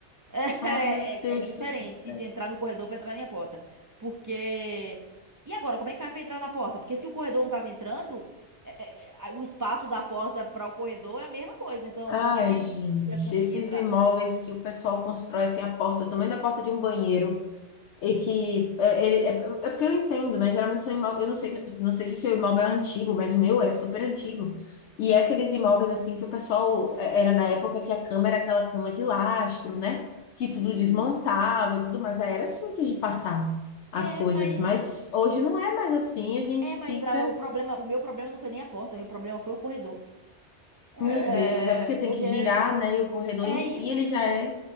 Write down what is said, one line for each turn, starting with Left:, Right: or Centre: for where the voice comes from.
Right: É,
Left: Ah, meu
Right: é-
Left: Deus
Right: é diferente
Left: do céu.
Right: de entrar no corredor pra entrar na minha porta. Porque. E agora, como é que faz pra entrar na porta? Porque se o corredor não tava entrando, é- é- é- o espaço da porta pra o corredor é a mesma coisa. Então,
Left: Ai,
Right: como é que
Left: gente,
Right: ele ia conseguir
Left: esses
Right: entrar?
Left: imóveis que o pessoal constrói assim, a porta, o tamanho da porta de um banheiro. E que é, ele- é, é porque eu entendo, né? Geralmente são imóveis, eu não sei, se- não sei se o seu imóvel é antigo, mas o meu é super antigo. E
Right: Hum.
Left: é aqueles imóveis assim que o pessoal é, era na época que a cama era aquela cama de lastro, né? Que
Right: Hum.
Left: tudo desmontava e tudo mais. Aí era simples de passar as
Right: É,
Left: coisas,
Right: mas.
Left: mas hoje não é mais assim. A gente
Right: É, mas
Left: fica,
Right: ah, o problema, o meu problema não foi nem a porta, o meu problema foi o corredor. É,
Left: meu Deus, é porque tem
Right: porque.
Left: que virar, né? E o corredor
Right: É
Left: em si
Right: isso,
Left: ele já é,